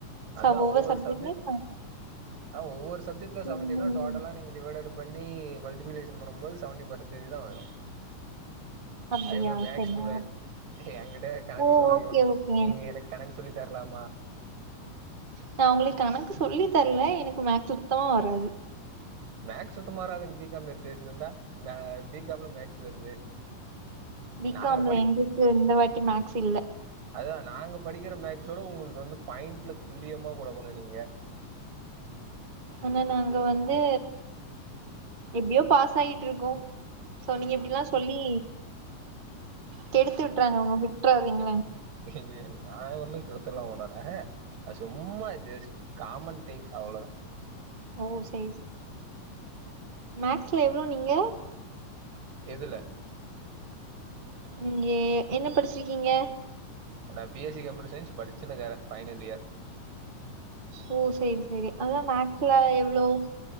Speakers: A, on the right; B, on the right.
A: ச
B: அதா ஒவ்வொரு
A: சப்ஜெக்ட்லயு
B: சப்ஜெக்ட்
A: ம்
B: அதா ஒவ்வொரு சப்ஜெக்ட்ல சவன்டினா
A: ம் ம்
B: டோட்டலா நீங்க டிவைடட் பண்ணி மல்டிபிலேஷன் பண்ணும்போது சவன்டி பர்சன்டேஜ் தா வரு
A: அப்படியா
B: ஐ எம் எ மேக்ஸ்
A: சரி
B: ஸ்டூடெண்ட்
A: நான்-
B: என்கிட்ட கணக்கு
A: ஓ ஓகே
B: <unintelligible>
A: ஓகே
B: நீங்க எனக்கு கணக்கு சொல்லி தர்லாமா
A: நா உங்களுக்கு கணக்கு சொல்லி தர்ல எனக்கு மேக்ஸ் சுத்தமா வராது
B: மேக்ஸ் சுத்தமாவராதுன்னு பி காம் எத்துவச்சினுந்தா ப பி காம்ல மேக்ஸ் வருது
A: பி
B: நாங்க
A: காம்ல எங்களுக்கு இந்த வாட்டி மேக்ஸ் இல்ல
B: அதுதா நாங்க படிக்கிற மேக்ஸோட உங்களுக்கு வந்து பாயிண்ட்ல துல்லியமா கொடுக்கணு நீங்க
A: ஆனா நாங்க வந்து எப்டியோ பாஸ் ஆகிட்டுருக்கோ சோ நீங்க இப்டிலா சொல்லி கெடுத்து விட்றாங்க உங்க விட்றாதீங்ளே
B: ஏ நா எ ஒன்னும் கெடுத்துலாம் விடல அது சும்மா ஜஸ்ட் காமன் திங்க் அவ்வளோதா
A: ஓ சேரி மேக்ஸ்ல எவ்வளோ நீங்க
B: எதுல
A: நீங்கே என்ன படிச்சிருக்கீங்க
B: நா பிஎஸ்சி கம்யூட்டர் சைன்ஸ் படிச்சுனுக்குறன் ஃபைனல் இயர்
A: ஓ சேரி சேரி அதான் மேக்ஸ்ல எவ்ளோ